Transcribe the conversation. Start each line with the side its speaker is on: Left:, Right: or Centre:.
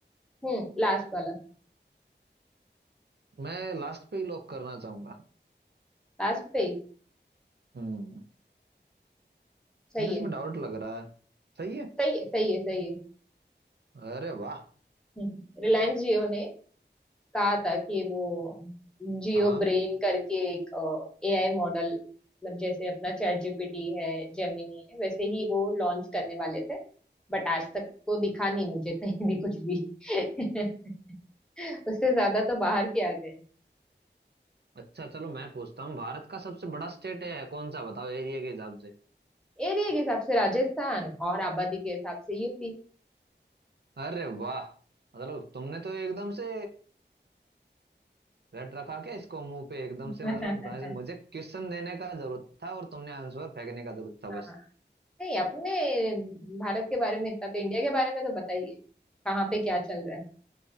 Centre: हम्म लास्ट वाला
Right: मैं लास्ट पे ही लॉक करना चाहूंगा
Centre: लास्ट पे ही
Right: हम्म
Centre: सही
Right: मुझे इसमें
Centre: है
Right: डाउट लग रहा है सही है
Centre: सही है सही है सही
Right: अरे वाह
Centre: है रिलायंस जियो ने कहा था कि वो जियो
Right: हाँ
Centre: ब्रेन करके एक एआई मॉडल मतलब जैसे अपना चैट जीपीटी है जेमिनी है वैसे ही वो लॉन्च करने वाले थे बट आज तक तो दिखा नहीं मुझे कहीं भी कुछ भी <laughs> उससे ज्यादा तो बाहर के आ गए
Right: अच्छा चलो मैं पूछता हूँ भारत का सबसे बड़ा स्टेट है कौन सा बताओ एरिया के हिसाब से
Centre: एरिया के हिसाब से राजस्थान और आबादी के हिसाब से यूपी
Right: अरे वाह मतलब तुमने तो एकदम से रट रखा क्या इसको मुंह पे एकदम से
Centre: <laughs>
Right: मतलब मुझे मुझे क्वेश्चन देने का जरूरत था और तुमने आंसर फेंकने का जरूरत था
Centre: हाँ
Right: बस
Centre: नहीं अपने भारत के बारे में इतना तो इंडिया के बारे में तो बताइए कहाँ पे क्या चल रहा है